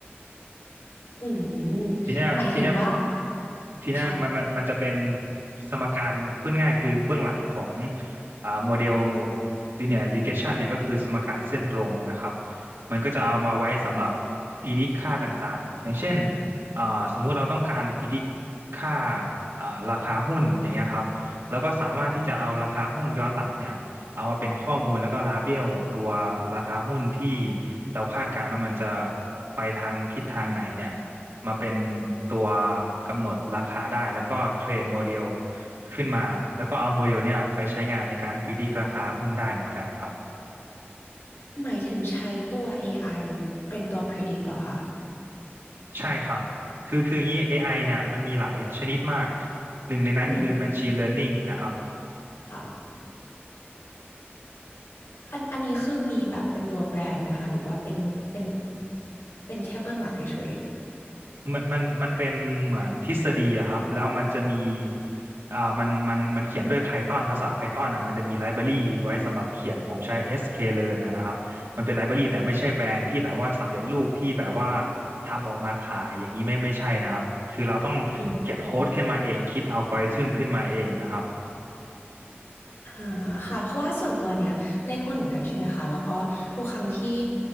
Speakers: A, on the left (about 75°); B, on the right (about 70°).
A: อืม
B: ทีเนี้ยทีเนี้ย
A: หมายถึงว่า
B: ทีเนี้ยมันมันมันจะเป็น
A: ค่ะ
B: สมการพูดง่ายคือเบื้องหลังของอ่าโมเดล linear regression เนี่ยก็คือสมการเส้นตรงนะครับมันก็จะเอามาไว้สำหรับ predict ค่าต่างๆอย่างเช่นอ่าสมมุติเราต้องการ predict ค่าอ่าราคาหุ้นอย่างเงี้ยครับแล้วก็สามารถที่จะเอาราคาหุ้นย้อนหลังเนี่ยเอามาเป็นข้อมูลแล้วก็ลาเบลตัวราคาหุ้นที่เราคาดการณ์ว่ามันจะไปทางทิศทางไหนเนี่ย มาเป็นตัวกำหนดราคาได้แล้วก็เทรนโมเดลขึ้นมาแล้วก็เอาโมเดลเนี้ยไปใช้งานในการพิจิตรราคาหุ้นได้เหมือนกันครับ
A: หมายถึงใช้ตัว AI เป็นตัว predict เหรอคะ
B: ใช่ครับคือคืออย่างนี้ AI เนี่ยมันมีหลายชนิดมากหนึ่งในนั้นคือ
A: อืม
B: Machine Learning นะครับ
A: ค่ะอันอันนี้คือมีแบบเป็นตัวแบรนด์ไหมคะหรือว่าเป็นเป็นเป็นแค่เบื้องหลังเฉย
B: มันมันมันเป็นเหมือนทฤษฎีอะครับแล้วมันจะมีอ่ามันมันมันเขียนด้วย Python ภาษา Python อ่ะมันจะมีไลบรารีไว้สำหรับเขียนผมใช้ sklearn อสเค Learn อะนะครับมันเป็นไลบรารีแต่ไม่ใช่แบรนด์ที่แบบว่าสำเร็จรูปที่แบบว่าทำออกมาขายอย่างนี้ไม่ไม่ใช่นะครับคือเราต้องเขียนโค้ดขึ้นมาเองคิดอัลกอริทึมขึ้นมาเองนะครับ
A: ๆอืม อ่าค่ะเพราะว่าส่วนตัวเนี่ยเล่นหุ้นเหมือนกันใช่ไหมคะแล้วก็ทุกครั้งที่